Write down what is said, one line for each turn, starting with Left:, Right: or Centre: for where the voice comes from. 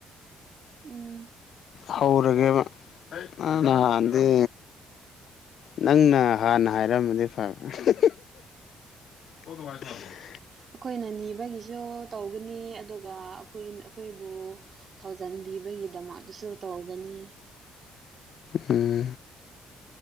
Right: ꯎꯝ
Left: ꯍꯧꯔꯒꯦꯕ ꯅꯍꯥꯟꯗꯤ ꯅꯪꯅ ꯍꯥꯟꯅ ꯍꯥꯏꯔꯃꯗꯤ ꯐꯕ <unintelligible> <unintelligible>
Right: ꯑꯩꯈꯣꯏꯅ ꯅꯤꯕꯒꯤꯁꯨ ꯇꯧꯒꯅꯤ ꯑꯗꯨꯒ ꯑꯩꯈꯣꯏ ꯑꯩꯈꯣꯏꯕꯨ ꯊꯧꯖꯥꯟꯕꯤꯕꯒꯤꯗꯃꯛꯇꯁꯨ ꯇꯧꯒꯅꯤ
Left: ꯎꯝ